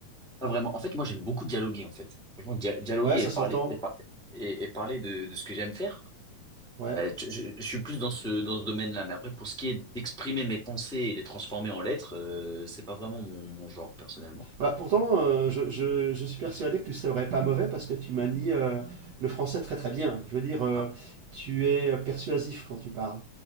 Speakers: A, in the centre; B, on the right.
A: Ah, Vraiment, en fait, moi j'aime beaucoup dialoguer en fait. Franchement, dia- dialoguer
B: Ouais, ça
A: et parler
B: s'entend.
A: et, par- et, et parler de, de ce que j'aime faire.
B: Ouais.
A: Euh, tu- je, je suis plus dans ce dans ce domaine-là, mais après pour ce qui est d'exprimer mes pensées et les transformer en lettres, euh, c'est pas vraiment mon, mon genre personnellement.
B: Bah, pourtant, euh, je, je- je suis persuadé que tu serais pas mauvais parce que tu manies euh, le français très très bien. Je veux dire, euh,
A: Ah
B: tu es persuasif quand tu parles.